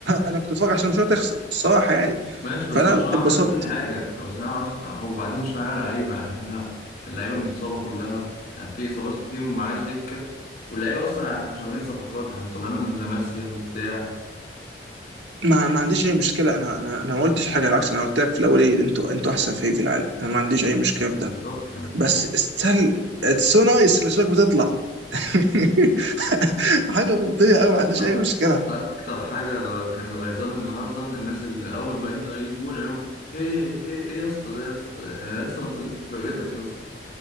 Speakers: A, on the right (about 85°); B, on the left (about 60°).
A: انا كنت بتفرج عشان مش تخسر الصراحه يعني
B: ماشي بس
A: فانا
B: برشلونه
A: اتبسطت
B: عملت كل حاجه برشلونه عملت- وبعدين مش معانا لعيبه يعني احنا اللعيبه متصابه كلها يعني في اصابات كتير ومعناش دكه واللعيبه اصلا يعني مش عاملين صفقات احنا مطلعينهم من لاماسيا وبتاع
A: ما ما عنديش اي مشكله انا انا انا ما قلتش حاجه بالعكس انا قلت لك في الاول ايه انتوا انتوا احسن فريق في العالم انا ما عنديش اي مشكله في
B: وبالظبط
A: ده
B: يعني
A: بس استل اتس سو نايس الاسماك بتطلع <laughs> حاجه منطقيه قوي ما عنديش
B: أك-
A: اي مشكله
B: اكتر حاجه كانت غيظاني النهارده الناس اللي اول ما انت يجيب جون يقولوا هي هي ايه يا اسطى ده يا اسطى يا اسطى ما تخليك في فرقتك يا اسطى